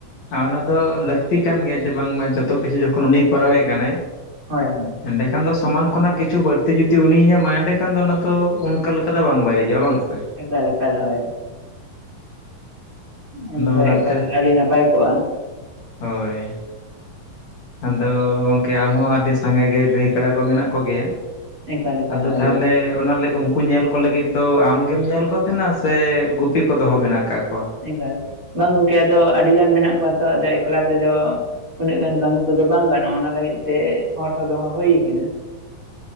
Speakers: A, on the left (about 55°); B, on the right (about 25°).
A: ᱚᱱᱟ ᱫᱚ ᱞᱟᱹᱠᱛᱤ ᱠᱟᱱ ᱜᱮᱭᱟ ᱡᱮ ᱵᱟᱝᱢᱟ ᱡᱚᱛᱚ ᱠᱤᱪᱷᱩ ᱡᱚᱠᱷᱚᱱ ᱩᱱᱤᱭ ᱠᱚᱨᱟᱣᱮᱫ ᱠᱟᱱᱟᱭ
B: ᱦᱳᱭ ᱦᱳᱭ
A: ᱮᱸᱰᱮᱠᱷᱟᱱ ᱫᱚ ᱥᱚᱢᱟᱱ ᱠᱷᱚᱱᱟᱜ ᱠᱤᱪᱷᱩ ᱵᱟᱹᱲᱛᱤ ᱡᱩᱫᱤ ᱩᱱᱤᱭ ᱧᱟᱢᱟ ᱮᱸᱰᱮᱠᱷᱟᱱ ᱫᱚ ᱚᱱᱟ ᱫᱚ ᱚᱱᱠᱟ ᱞᱮᱠᱟ ᱫᱚ ᱵᱟᱝ ᱵᱟᱨᱤᱡᱚᱜᱼᱟ ᱵᱟᱝ ᱥᱮ
B: ᱮᱠᱟᱞ ᱮᱠᱟᱞ ᱦᱳᱭ ᱚᱱᱟᱫᱚ
A: ᱟᱫᱚ ᱚᱱᱟᱛᱮ
B: ᱮᱠᱟᱞ ᱟᱹᱰᱤ ᱱᱟᱯᱟᱭ ᱠᱚᱜᱼᱟ
A: ᱦᱳᱭ ᱟᱫᱚ ᱜᱚᱝᱠᱮ ᱟᱢᱦᱚᱸ ᱟᱹᱰᱤ ᱥᱟᱸᱜᱮ ᱜᱮ ᱜᱟᱹᱭ ᱠᱟᱰᱟ ᱠᱚ ᱢᱮᱱᱟᱜ ᱠᱚᱜᱮᱭᱟ?
B: ᱮᱠᱟᱞ ᱮᱠᱟᱞ
A: ᱟᱫᱚ
B: ᱦᱳᱭ
A: ᱛᱟᱦᱚᱞᱮ ᱚᱱᱟ ᱞᱟᱹᱜᱤᱫ ᱩᱱᱠᱩ ᱧᱮᱞ ᱠᱚ ᱩᱱ ᱠᱚ ᱞᱟᱹᱜᱤᱫ ᱫᱚ ᱟᱢᱜᱮᱢ ᱧᱮᱞ ᱠᱚ ᱛᱟᱦᱮᱱᱟ ᱥᱮ ᱜᱩᱯᱤ ᱠᱚ ᱫᱚᱦᱚ ᱢᱮᱱᱟᱜ ᱟᱠᱟᱫ ᱠᱚᱣᱟ?
B: ᱮᱵᱟᱨ ᱵᱟᱝ ᱜᱚᱝᱠᱮ ᱟᱫᱚ ᱟᱹᱰᱤ ᱜᱟᱱ ᱢᱮᱱᱟᱜ ᱠᱚᱣᱟ ᱛᱚ ᱟᱫᱚ ᱮᱠᱞᱟ ᱛᱮᱫᱚ ᱩᱱᱟᱹᱜ ᱜᱟᱱ ᱠᱟᱹᱢᱤ ᱠᱚᱫᱚ ᱵᱟᱝ ᱜᱟᱱᱚᱜᱼᱟ ᱚᱱᱟ ᱞᱟᱹᱜᱤᱫ ᱛᱮ ᱦᱚᱲ ᱦᱚᱸ ᱫᱚᱦᱚ ᱦᱩᱭ ᱠᱟᱱᱟ ᱾